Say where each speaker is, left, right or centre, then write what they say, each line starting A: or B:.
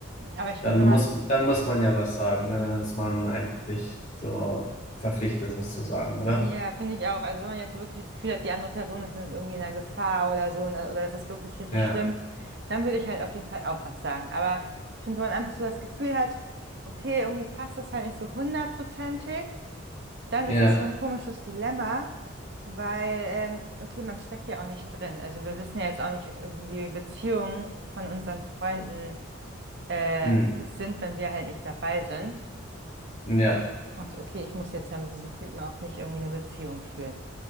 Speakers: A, on the right; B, on the left.
A: Aber ich finde,
B: dann
A: wenn
B: muss,
A: man
B: dann muss man ja was sagen, ne? Dann ist man eigentlich so verpflichtet, was zu sagen, oder?
A: Ja, finde ich auch. Also wenn man jetzt wirklich das Gefühl hat, die andere Person ist dann irgendwie in einer Gefahr oder so, ne, oder es ist wirklich richtig
B: Ja,
A: schlimm, dann würde ich halt auf jeden Fall auch was sagen. Aber ich finde, wenn man einfach so das Gefühl hat, okay, irgendwie passt das halt nicht so hundertprozentig, dann
B: ja,
A: ist das so ein komisches Dilemma, weil, ähm, okay, man steckt ja auch nicht drin. Also wir wissen ja jetzt auch nicht, wie die Beziehungen von unseren Freunden, äh,
B: mm,
A: sind, wenn wir halt nicht dabei sind.
B: ja,
A: Und okay, ich muss jetzt ja mit diesem Typen auch nicht irgendwie eine Beziehung führen.